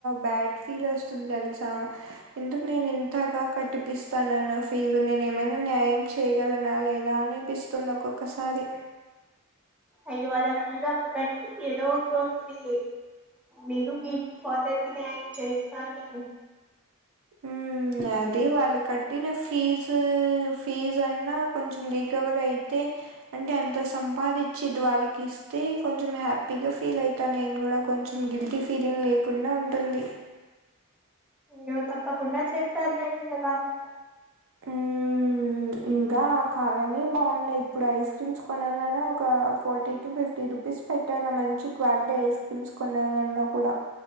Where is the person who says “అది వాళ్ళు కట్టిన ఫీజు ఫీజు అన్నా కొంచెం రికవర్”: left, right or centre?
Right